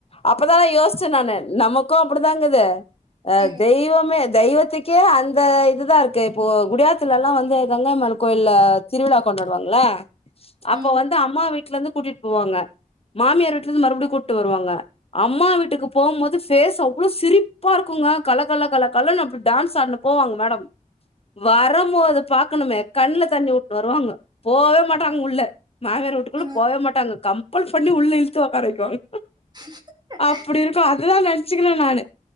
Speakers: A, on the left (about 45°); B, on the right (about 30°).
A: அப்பதான் யோசிச்சேன் நானு நமக்கும் அப்டிதாங்குது அ
B: ம்
A: தெய்வமே தெய்வத்துக்கே அந்த இதுதான் இருக்கு இப்போ குடியாத்துலலா வந்து மங்கம்மாள் கோயில்ல திருவிழா கொண்டாடுவாங்கல்ல அப்ப
B: ம்
A: வந்து அம்மா விட் வீட்லருந்து கூட்டிட்டு போவாங்க மாமியார் வீட்லருந்து மறுபடியும் கூட்டு வருவாங்க அம்மா வீட்டுக்கு போகும்போது ஃபேஸ் அவ்ளோ சிரிப்பா இருக்குங்களா கல கல கல கலனு அப்டி டான்ஸ் ஆடினு போவாங்க மேடம் வரம்போது பாக் பாக்கணுமே கண்ல தண்ணி வுட்டுனு வருவாங்க போவே மாட்டாங்க உள்ள மாமியாரு வூட்டுக்குள்ள
B: ம்
A: போவே மாட்டாங்க கம் கம்பல் பண்ணி உள்ள இழுத்து உக்கார வைக்கனும்
B: <inaudible>
A: அப்டி இருக்கும் அததுதான் நெனச்சுக்குனே நானு